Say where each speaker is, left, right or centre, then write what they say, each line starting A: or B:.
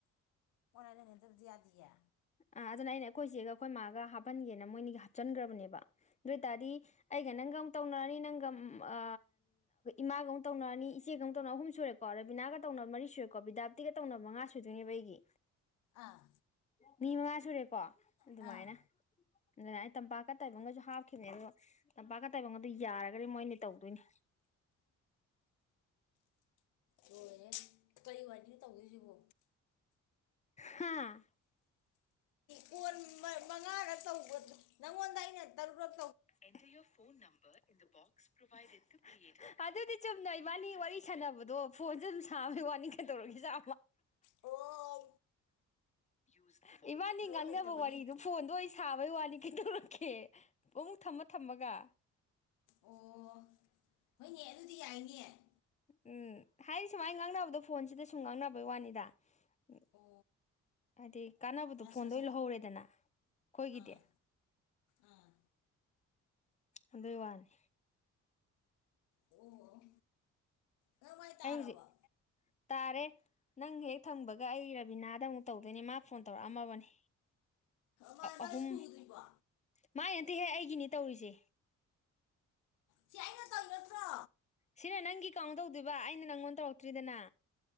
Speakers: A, on the left; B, on the left.
A: ꯑꯣꯟ ꯂꯥꯏꯟ ꯂꯩꯅꯗꯕꯗꯤ ꯌꯥꯗꯤꯌꯦ꯫
B: ꯑ ꯑꯗꯨꯅ ꯑꯩꯅ ꯑꯩꯈꯣꯏ ꯆꯦꯒ ꯑꯩꯈꯣꯏ ꯃꯥꯒ ꯍꯥꯞꯄꯟꯒꯦꯅ ꯃꯣꯏꯅꯤꯒ ꯍꯥꯞꯆꯟꯈ꯭ꯔꯕꯅꯦꯕ ꯑꯗꯨ ꯑꯣꯏ ꯇꯔꯗꯤ ꯑꯩꯒ ꯅꯪꯒ ꯑꯃꯨꯛ ꯇꯧꯅꯔꯅꯤ ꯅꯪꯒ ꯑ ꯏꯃꯥꯒ ꯑꯃꯨꯛ ꯇꯅꯔꯅꯤ ꯏꯆꯦꯒ ꯑꯃꯨꯛ ꯇꯅ ꯑꯍꯨꯝ ꯁꯨꯔꯦꯀꯣ ꯔꯦꯕꯤꯅꯥꯒ ꯇꯧꯅꯕ ꯃꯔꯤ ꯁꯨꯔꯦꯀꯣ ꯕꯤꯗꯥꯞꯇꯤꯒ ꯇꯧꯅꯕ ꯃꯉꯥ ꯁꯨꯗꯣꯏꯅꯦꯕ ꯑꯩꯒꯤ
A: ꯑꯥ꯫
B: ꯃꯤ ꯃꯉꯥ ꯁꯨꯔꯦꯀꯣ꯫ ꯑꯗꯨꯃꯥꯏꯅ
A: ꯑꯥ
B: ꯑꯗꯨꯅ ꯑꯩ ꯇꯝꯄꯥꯛꯀ ꯇꯥꯏꯕꯒꯁꯨ ꯍꯥ <unintelligible> ꯇꯝꯄꯥꯛꯀ ꯇꯥꯏꯕꯪꯒ ꯑꯗꯨ ꯌꯥꯔꯒꯗꯤ ꯃꯣꯏꯅꯤ ꯇꯧꯗꯣꯏꯅꯦ꯫
A: ꯍꯣꯏꯅꯦ ꯀꯔꯤ ꯋꯥꯅꯣ ꯇꯧꯗꯣꯏꯁꯤꯕꯨ꯫
B: ꯍꯥꯥ꯫
A: ꯀꯣꯟ ꯃ ꯃꯉꯥꯒꯔꯛ ꯇꯧꯕ ꯅꯪꯉꯣꯟꯗ ꯑꯩꯅ ꯇꯔꯨꯔꯛ
B: enter your phone number in the box provided ꯇꯨ ꯑꯗꯨꯗꯤ ꯆꯨꯝꯅ ꯏꯕꯥꯅꯤ ꯋꯥꯔꯤ ꯁꯥꯟꯅꯕꯗꯣ ꯐꯣꯟꯁꯨꯦ ꯑꯗꯨꯝ ꯁꯥꯕꯅꯦ ꯋꯥꯅꯤ ꯀꯩꯗꯧꯔꯒꯦꯁꯨ
A: ꯑꯣ
B: ꯏꯆꯤꯃ <unintelligible> ꯂꯤꯅꯕ
A: ꯊꯕꯛ ꯂꯩꯇꯕꯒꯤ
B: ꯋꯥꯔꯤꯗꯣ ꯐꯣꯟꯗ ꯑꯣꯢ ꯁꯥꯕ ꯋꯥꯅꯤ ꯀꯩꯗꯧꯔꯒꯦ ꯄꯨꯡ ꯊꯝꯃ ꯊꯝꯃꯒ
A: ꯑꯣ ꯍꯣꯏꯅꯦ ꯑꯗꯨꯗꯤ ꯌꯥꯏꯅꯦ꯫
B: ꯎꯝ ꯍꯥꯏꯔꯤ ꯁꯨꯃꯥꯏ ꯉꯥꯡꯅꯕꯗꯣ ꯐꯣꯟꯁꯤꯗ ꯁꯨꯝ ꯉꯥꯡꯅꯕꯩ ꯋꯥꯅꯤꯗ ꯎ
A: ꯑꯣ
B: ꯍꯥꯏꯗꯤ ꯀꯥꯟꯅꯕꯗꯣ
A: ꯑꯁ
B: ꯐꯣꯟꯗ
A: ꯑꯁ
B: ꯑꯣꯏ ꯂꯧꯍꯧꯔꯦꯗꯅ ꯑꯩꯈꯣꯏꯒꯤꯗꯤ꯫
A: ꯑꯥ ꯑꯥ
B: ꯑꯗꯨꯢ ꯋꯥꯅꯤ꯫
A: ꯑꯣ ꯅꯪ ꯃꯥꯏ ꯇꯥꯔꯕꯣ
B: ꯑꯩ ꯍꯧꯖꯤꯛ ꯇꯥꯔꯦ ꯅꯪ ꯍꯦꯛ ꯊꯝꯕꯒ ꯑꯩ ꯔꯕꯤꯅꯥꯗ ꯑꯃꯨꯛ ꯇꯧꯗꯣꯏꯅꯦ ꯃꯥ ꯐꯣꯟ ꯇꯧꯔꯛꯑꯝꯃꯕꯅꯦ
A: ꯃꯥꯏ ꯃꯥꯏ
B: ꯑꯍꯨꯝ
A: ꯁꯨꯗ꯭ꯔꯤꯕꯣ
B: ꯃꯥꯏ ꯅꯠꯇꯦꯍꯦ ꯑꯩꯒꯤꯅꯤ ꯇꯧꯔꯤꯖꯦ꯫
A: ꯁꯤ ꯑꯩꯅ ꯇꯧꯔꯤ ꯅꯠꯇ꯭ꯔꯣ
B: ꯁꯤꯅ ꯅꯪꯒꯤ ꯀꯥꯎꯟ ꯇꯧꯗꯣꯏꯕ ꯑꯩꯅ ꯅꯪꯉꯣꯟꯗ ꯇꯧꯔꯛꯇ꯭ꯔꯤꯗꯅ